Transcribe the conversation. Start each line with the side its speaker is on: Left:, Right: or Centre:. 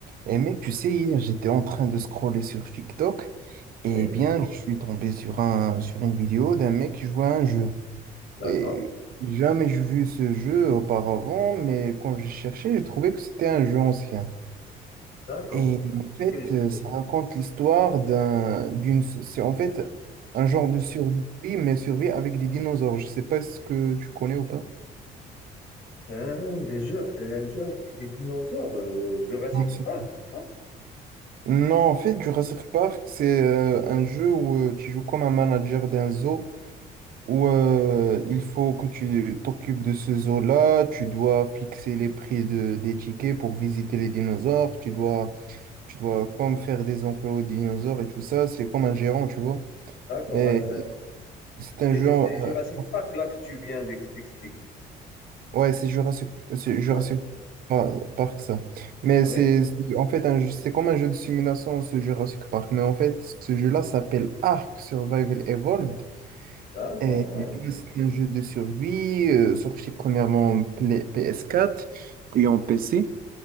Right: Et mec, tu sais, hier, j'étais en train de scroller sur TikTok et
Left: Oui,
Right: bien, je suis tombé sur un, sur une vidéo d'un mec qui jouait à un jeu.
Left: d'accord,
Right: Et jamais j'ai vu ce jeu auparavant, mais quand j'ai cherché, j'ai trouvé que c'était un jeu ancien.
Left: d'accord.
Right: Et en fait,
Left: Quel jeu
Right: euh,
Left: ça
Right: ça raconte l'histoire d'un, d'une, c'est en fait un genre de survie, mais survie avec des dinosaures. Je sais pas ce que tu connais ou pas.
Left: Hein, des jeux, un jeu avec des dinosaures, euh, Jurassic
Right: Bien sûr.
Left: Park, ça?
Right: Non, en fait, Jurassic Park, c'est euh, un jeu où euh, tu joues comme un manager d'un zoo où euh, il faut que tu t'occupes de ce zoo-là, tu dois fixer les prix de, des tickets pour visiter les dinosaures, tu dois, tu dois comme faire des enclos aux dinosaures et tout ça, c'est comme un gérant, tu vois.
Left: D'accord.
Right: Mais
Left: ah, euh,
Right: c'est
Left: C'est
Right: un jeu... en-
Left: c'est Jurassic
Right: euh,
Left: Park là que tu viens d'ex- d'expliquer.
Right: ouais, c'est Jurassic, c'est Jurassic
Left: D'accord.
Right: Par- Park, ça. Mais
Left: Oui,
Right: c'est c'est- en fait un jeu- c'est comme un jeu de simulation, ce Jurassic Park. Mais en fait, ce jeu-là s'appelle Ark Survival Evolved.
Left: d'accord,
Right: Euh,
Left: hein,
Right: C'est un jeu de survie euh, sorti premièrement en Play- PS4 et en PC.